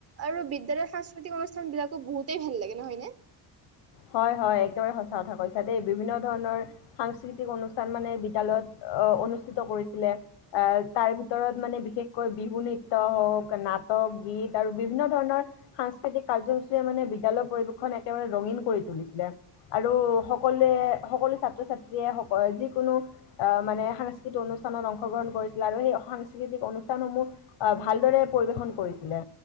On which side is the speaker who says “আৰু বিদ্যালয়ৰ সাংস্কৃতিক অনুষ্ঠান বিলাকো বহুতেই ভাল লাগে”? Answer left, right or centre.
Right